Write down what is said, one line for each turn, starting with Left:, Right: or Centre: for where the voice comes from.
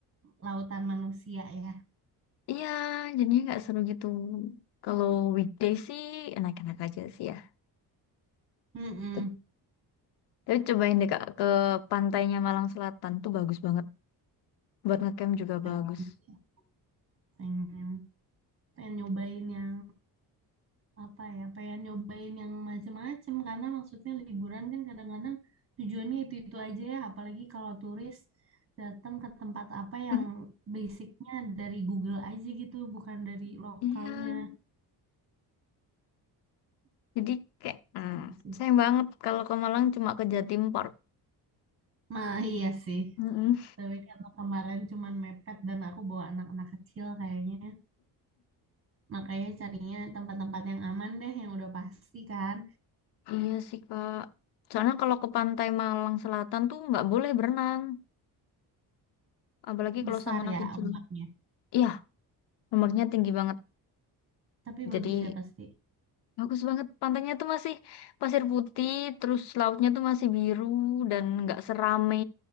Right: lautan manusia ya.
Left: Iya, jadinya nggak seru gitu. Kalau weekday sih enak-enak aja sih ya.
Right: Mm-mm.
Left: Tuh. Tapi cobain deh Kak ke pantainya Malang Selatan tuh bagus banget. Buat ngecamp juga
Right: Pengen
Left: bagus.
Right: sih. Pengen. Pengen nyobain yang apa ya pengen nyobain yang macem-macem karena maksudnya liburan kan kadang-kadang tujuannya itu-itu aja ya apalagi kalau turis datang ke tempat apa yang
Left: <laughs>
Right: basicnya dari Google aja gitu bukan dari lokalnya
Left: Iya. Jadi kayak mm,
Right: Gitu sih.
Left: sayang banget kalau ke Malang cuma ke Jatim Park.
Right: Nah, iya sih.
Left: Mm-mm.
Right: Tapi karena kemarin cuman mepet dan aku bawa anak-anak kecil kayaknya. Makanya carinya tempat-tempat yang aman deh, yang udah pasti kan.
Left: Iya sih Kak. Soalnya kalau ke pantai Malang Selatan tuh nggak boleh berenang, apalagi kalau
Right: Besar
Left: sama anak
Right: ya
Left: kecil.
Right: ombaknya.
Left: Iya, nomornya tinggi banget.
Right: Tapi bagus
Left: Jadi
Right: ya pasti.
Left: bagus banget pantainya tuh masih pasir putih, terus lautnya tuh masih biru dan nggak serame